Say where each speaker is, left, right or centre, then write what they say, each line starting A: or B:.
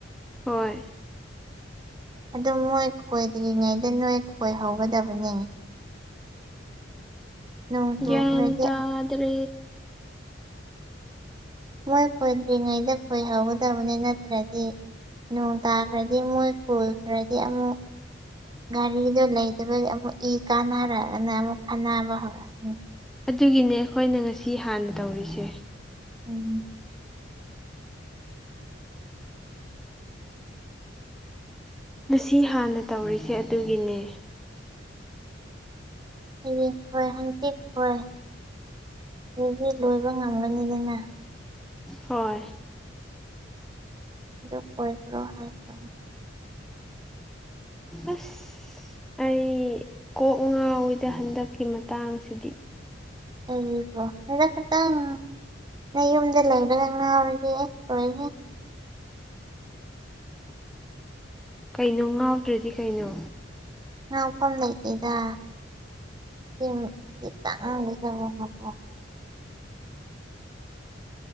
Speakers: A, in the centre; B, on the right (about 25°).
A: ꯍꯣꯏ
B: ꯑꯗꯨ ꯃꯣꯏ ꯈꯣꯏꯗ꯭ꯔꯤꯉꯩꯗ ꯅꯣꯏ ꯈꯣꯏꯍꯧꯒꯗꯕꯅꯦ ꯅꯣꯡ ꯆꯨꯈ꯭ꯔꯗꯤ
A: ꯒ꯭ꯌꯥꯟ ꯇꯥꯗ꯭ꯔꯦ
B: ꯃꯣꯏ ꯈꯣꯏꯗ꯭ꯔꯤꯉꯩꯗ ꯈꯣꯏꯍꯧꯒꯗꯕꯅꯤ ꯅꯠꯇ꯭ꯔꯗꯤ ꯅꯣꯡ ꯇꯥꯈ꯭ꯔꯗꯤ ꯃꯣꯏ ꯄꯨꯜꯈ꯭ꯔꯗꯤ ꯑꯃꯨꯛ ꯒꯥꯔꯤꯗꯣ ꯂꯩꯇꯕꯒꯤ ꯑꯃꯨꯛ ꯀꯥꯟꯅꯔꯛꯑꯒꯅ ꯑꯃꯨꯛ ꯈꯠꯅꯕ ꯍꯧꯔꯛꯑꯅꯤ
A: ꯑꯗꯨꯒꯤꯅꯦ ꯑꯩꯈꯣꯏꯅ ꯉꯁꯤ ꯍꯥꯟꯅ ꯇꯧꯔꯤꯁꯦ
B: ꯎꯝ
A: ꯉꯁꯤ ꯍꯥꯟꯅ ꯇꯧꯔꯤꯁꯦ ꯑꯗꯨꯒꯤꯅꯦ
B: ꯍꯌꯦꯡ ꯍꯣꯏ ꯍꯪꯆꯤꯠ ꯍꯣꯏ ꯍꯧꯆꯤꯠ ꯂꯣꯏꯕ ꯉꯝꯒꯅꯤꯗꯅ
A: ꯍꯣꯏ
B: <unintelligible>
A: ꯑꯁ <unintelligible> ꯑꯩ ꯀꯣꯛ ꯉꯥꯎꯋꯤꯗ ꯍꯟꯗꯛꯀꯤ ꯃꯇꯥꯡꯁꯤꯗꯤ
B: ꯑꯗꯨꯀꯣ ꯍꯟꯗꯛ ꯈꯛꯇꯪ ꯅꯌꯨꯝꯗ ꯂꯩꯕꯗ ꯉꯥꯎꯔꯗꯤ ꯑꯦ ꯂꯣꯏꯔꯦ
A: ꯀꯩꯅꯣ ꯉꯥꯎꯗ꯭ꯔꯗꯤ ꯀꯩꯅꯣ
B: <unintelligible> ꯂꯩꯇꯦꯗ <unintelligible>